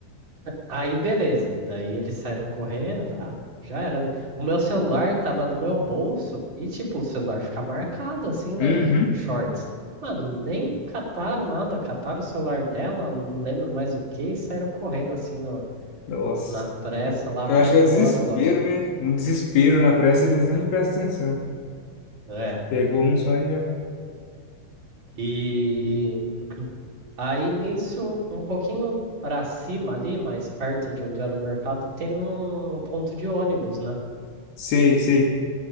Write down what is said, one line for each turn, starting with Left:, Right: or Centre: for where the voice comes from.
Right: Aí, beleza. Daí eles saíram correndo. eu Falei, ah, já era, né? O meu celular tava no meu bolso e, tipo, o celular fica marcado assim, né?
Left: Uhum.
Right: No, no shorts. Mano, nem cataram nada. Cataram o celular dela, não lembro mais o que, e saíram correndo assim na,
Left: Nossa.
Right: na pressa
Left: Eu
Right: lá
Left: eu
Right: pra
Left: acho que
Right: ir embora
Left: é o desespero,
Right: logo.
Left: né? No desespero, na pressa, eles nem prestam atenção.
Right: É.
Left: Pegou um só e já.
Right: E aí nisso, um pouquinho pra cima ali, mais perto de onde era o mercado, tem um um ponto de ônibus, né?
Left: Sei, sei.